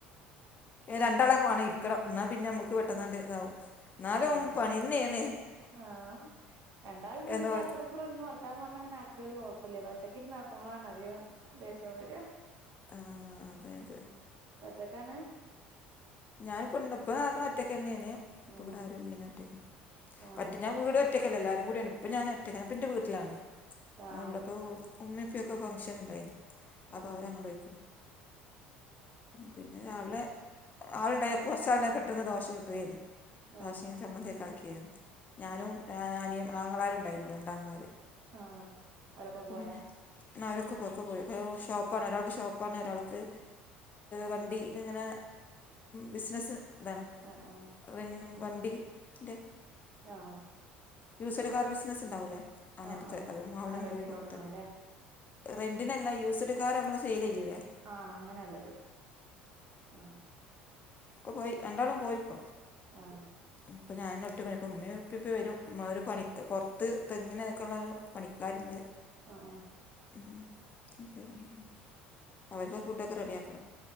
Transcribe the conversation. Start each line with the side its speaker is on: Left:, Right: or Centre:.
Left: രണ്ടാളൊക്കെ വേണം ഇരിക്കണം എന്നാൽ പിന്നെ നമുക്ക് പെട്ടെന്നാണ്ട് ഇതാവും. എന്നാലും
Right: ആഹ
Left: പണി തന്നെയാണ്
Right: ആഹ രണ്ടാള്ണ്ട്ന്ന്ണ്ടെ
Left: എന്ന്
Right: പിന്നെ
Left: പറ
Right: അപ്പറും ഇ പ്പറം ഇരുന്ന് വർത്താനം പറഞ്ഞ് അങ്ങനെ ആക്കുന്നതിൽ കുഴപ്പമില്ല ആ ഒറ്റക്ക് ഇരുന്ന് ആക്കുമ്പോളാണ് അതികം ദേശ്യം വര.
Left: ആഹ അതെ അതെ.
Right: ഒറ്റക്കാണ്
Left: ഞാൻ ഇപ്പോ നടക്കണ ഒറ്റയ്ക്ക് തന്നെയാണ് ഇപ്പാ.
Right: ആഹ്
Left: ഇവിടെ ആരും ഇല്ല ഞൻ ഒറ്റയ്ക്ക.
Right: ആഹ്
Left: ഒറ്റ ഞാൻ വീട് ഒറ്റ എല്ലാരും കൂടിയാണ് ഇപ്പ ഞാൻ ഒറ്റക്കണ് ഞാനിപ്പൊ ന്റെ വീട്ടിലാണ്
Right: ആഹ്
Left: ഇവിടെപ്പോ ഉമ്മീം ഇപ്പീം ഫംഗ്ഷൻ ഇണ്ടായിരുന്നു അപ്പൊ
Right: ആഹ്
Left: അവര് അങ്ങട്ട് പോയിക്ക്ണ് പിന്നെ രാവിലെ ആളുണ്ടായ ഇൻക് കുറചാള് പെട്ടെന്ന് ദോശ ചുട്ടുതേന്ന്.
Right: ആഹ്
Left: ദോശയും
Right: ആഹ്
Left: ചമ്മന്തിക്കെ ആക്കിയന്ന് ഞാനും അനിയൻ ആങ്ങളാരും ഉണ്ടായിരുന്നുള്ളു രണ്ട് ആങ്ങളാര്.
Right: ആഹ അവരൊക്കെ പോയാ.
Left: പിന്നെ അവരൊക്കെ ഒക്കെ പോയി ഷോപ്പാണ് ഒരാൾക്ക് ഷോപ്പ് ഒരാൾക്ക് വണ്ടി ഇങ്ങനെ ബിസിനസ്സ് ഇതാണ്.
Right: ആ ആ.
Left: ന്നും വണ്ടിന്റെ.
Right: ആഹ.
Left: യൂസഡ് കാർ ബിസിനസ് ഉണ്ടാവില്ലേ അങ്ങനത്തെ
Right: ആഹ് ആഹ്
Left: അതും അവനും
Right: ആഹ് റെന്റിന്
Left: പോയി പുറത്ത്.
Right: കൊടുക്കണം അല്ലേ
Left: റെന്റിനല്ല യൂസ്ഡ് കാർ നമ്മള് സെയിൽ ചെയ്യൂലേ
Right: ആഹ അങ്ങനെള്ളത് ആഹ.
Left: ഇപ്പൊ പോയി രണ്ടാളും പോയിപ്പോ.
Right: ആഹ
Left: ഇപ്പം ഞാനെന്നെ ഒറ്റക്കൊള്ളൂ. ഇപ്പം ഉമ്മേം ഉപ്പേം ഇപ്പൊ വരും ഒരു പണിക്ക് പുറത്ത് തെങ്ങിനൊക്കെയുള്ളരു. പണിക്കാരുണ്ട്.
Right: ആഹാ ആഹാ
Left: ഉം <unintelligible> അവര്ക്ക് ഫുഡ് ഒക്കെ റെഡി ആക്കണം.